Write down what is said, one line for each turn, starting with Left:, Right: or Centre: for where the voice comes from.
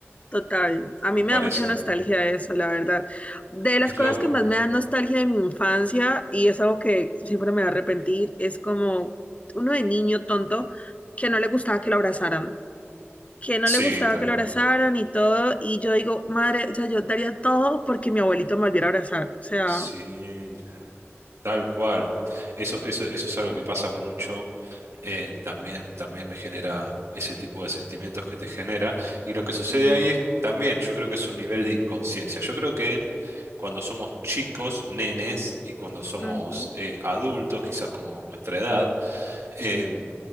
Left: Total. A mí
Right: me
Left: me
Right: parece.
Left: da mucha nostalgia eso, la verdad. De las
Right: Es
Left: cosas
Right: loco.
Left: que más me dan nostalgia de mi infancia, y es algo que siempre me va a arrepentir, es como uno de niño tonto que no le gustaba que lo abrazaran. Que no
Right: Sí,
Left: le gustaba
Right: tal
Left: que
Right: cual.
Left: lo abrazaran y todo. Y yo digo, madre, o sea, yo daría todo porque mi abuelito me volviera a abrazar. O sea.
Right: Sí, tal cual. Eso, eso, eso es algo que pasa mucho. eh, también, también me genera ese tipo de sentimientos que te genera. Y lo que sucede
Left: Mm.
Right: ahí es también, yo creo que es un nivel de inconsciencia. Yo creo que cuando somos chicos, nenes, y cuando somos
Left: Ujú.
Right: eh, adultos, quizás como nuestra edad, eh,
Left: Sí.